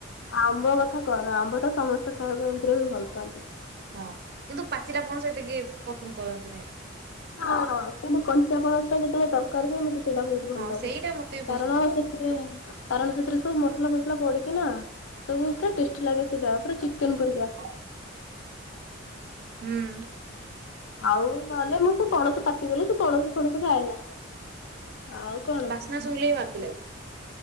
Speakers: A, on the left (about 75°); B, on the right (about 55°).
A: ଆମ୍ବ କଥା କହନା ଆମ୍ବ ତ ସମସ୍ତେ ଖାଇବାକୁ ଏମତିରେ ବି ଭଲ ପାଆନ୍ତି।
B: ହଁ କିନ୍ତୁ ପାଚିଲାପଣସ ଏତେ କେହି ପସନ୍ଦ କରନ୍ତିନି।
A: ହଁ କିନ୍ତୁ କଞ୍ଚା ପଣସ ଟା ଯେତେବେଳେ ତରକାରି ହୁଏ ମତେ ସେଇଟା ବହୁତ ଭଲ
B: ହଁ
A: ଲାଗେ
B: ସେଇଟା ମତେ ବି
A: କାରଣ
B: ପସନ୍ଦ
A: ସେଥିରେ କାରଣ ସେଥିରେ ସବୁ ମସଲା ଫସଲା ପଡିକି ନା ସବୁ ପୁରା ଟେଷ୍ଟି ଲାଗେ ସେଟା ପୁରା ଚିକେନ୍ ପରିକା।
B: <unintelligible> ହୁଁ।
A: ଆଉ ନହେଲେ ମୁଁ ସେ ପଣସ ପାଚିଗଲେ ସେ ପଣସ ଫଣସ ଖାଏନା ଆଉ କଣ?
B: ନାଁ ଶୁଙ୍ଗିଲେ ବି ବାନ୍ତି ଲାଗେ।